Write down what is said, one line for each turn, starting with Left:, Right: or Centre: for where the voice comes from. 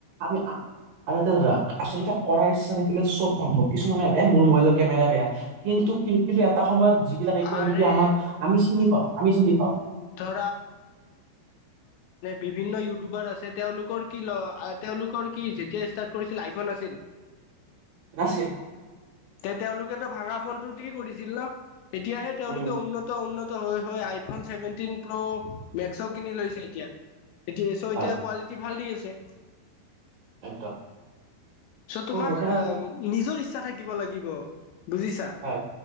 Right: আমি আৰু এয়া ধৰা আচলতে কৰাৰ ইচ্ছা থাকিলে চব সম্ভৱ কিছুমানে মোৰ মোবাইলৰ কেমেৰা বেয়া কিন্তু কি কিন্তু এটা সময়ত যিবিলাক এতিয়া
Left: আৰে
Right: নেকি আমাৰ আমি চিনি পাওঁ আমি চিনি পাওঁ
Left: ম বিভিন্ন ইউটিউবাৰ আছে তেওঁলোকৰ কি ল তেওঁলোকৰ কি যেতিয়া ষ্টাৰ্ট কৰিছিল আইফোন আছিল।
Right: নাছিল
Left: তে তেওঁলোকেতো ভাঙা ফোনটো দি কৰিছিল ন এতিয়াহে তেওঁলোকে
Right: উম
Left: উন্নত উন্নত আইফোন চছেভেনট প্ৰ মেক্স কিনি লৈছে এতিয়া এতিয়া চ এতিয়া
Right: হয়
Left: কোৱালিটি ভাল দি আছে।
Right: একদম ত
Left: তোমাৰ
Right: বৰ্তমান
Left: আহ নিজৰ ইচ্ছা থাকিব লাগিব বুজিছা
Right: হয়